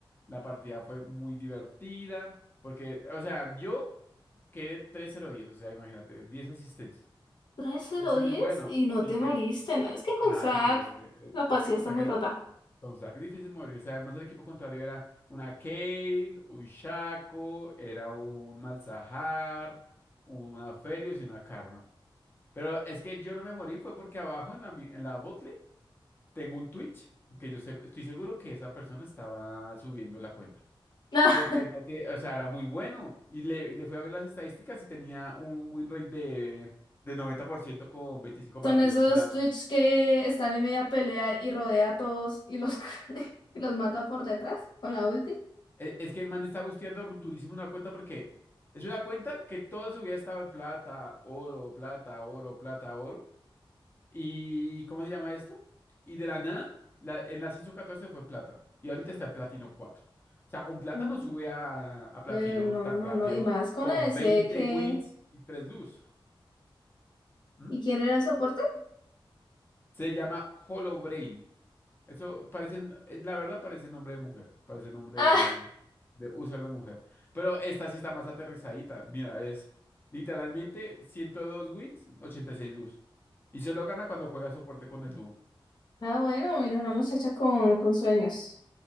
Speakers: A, on the left (about 25°); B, on the left (about 55°).
A: La partida fue muy divertida. Porque, o sea, yo quedé tres cero diez O sea, imagínate, 10 asistencias.
B: tres cero
A: Yo soy
B: diez
A: muy bueno.
B: y no
A: 50.
B: te moriste, ¿no? Es que con
A: Nada,
B: Zack
A: increíble. Eh,
B: la paciencia
A: Es que con
B: está
A: SAC
B: muy rota.
A: Con saques difícil morirse. Además, el equipo contrario era una Kale, un Shaco, era un Malzahar, una Felios y una Karma. Pero es que yo no me morí, fue porque abajo en la, mi- en la botlane tengo un Twitch que yo se- estoy seguro que esa persona estaba subiendo la cuenta.
B: <laughs>
A: Porque no tiene, o sea, era muy bueno. Y le, y le fui a ver las estadísticas y tenía un win rate de, de 90% con 25
B: Son
A: partidas.
B: esos
A: O sea,
B: Twitch que están en media pelea y rodea a todos y los, <laughs> y los mata por detrás con la ulti.
A: e- Es que el man está busteando durísimo una cuenta porque es una cuenta que toda su vida ha estado en plata, oro, plata, oro, plata, oro. ¿Y cómo se llama esto? Y de la nada, la, en la CISO 14 fue plata. Y ahorita está en platino 4. O sea, un plata
B: Mm.
A: no sube a, a platino
B: Eh, no,
A: tan
B: no,
A: rápido
B: no. Y más con
A: con
B: A ADC
A: 20
B: que...
A: wins y 3 luz. ¿Mm?
B: ¿Y quién era el soporte?
A: Se llama Hollow Eso parece, eh, la verdad parece nombre de mujer, parece nombre
B: Ah,
A: de, de user de mujer. Pero esta sí está más aterrizadita. Mira, es literalmente 102 wins, 86 luz. Y solo gana cuando juega soporte con el dúo.
B: ah, bueno, mira, una muchacha con, con sueños.